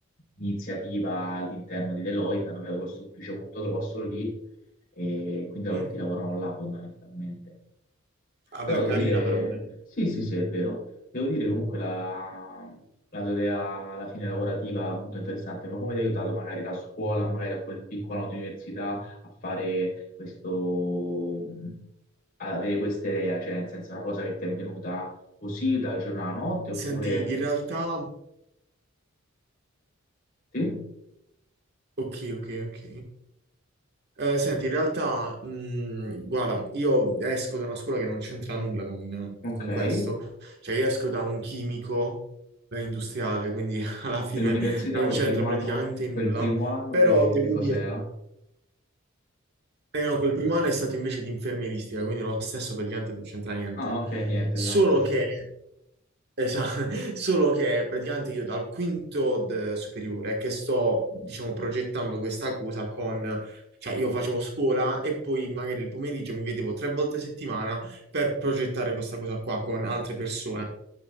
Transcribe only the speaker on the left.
iniziativa all'interno di Deloitte, hanno creato questo ufficio molto grosso lì e quindi tutti
lavorano là fondamentalmente.
Però devo
dire,
sì, sì, sì, è vero. Devo dire comunque la, la tua idea alla fine lavorativa è molto interessante, ma come ti ha aiutato magari la scuola, magari a quel piccolo anno di università a fare questo, ad avere questa idea, cioè nel senso è una cosa che ti è venuta così dal giorno alla notte, oppure
sì?
Ok.
E
l'università
quel
primo
anno,
quel primo anno
che,
che cos'era?
Ah, ok, niente,
esatto. <laughs>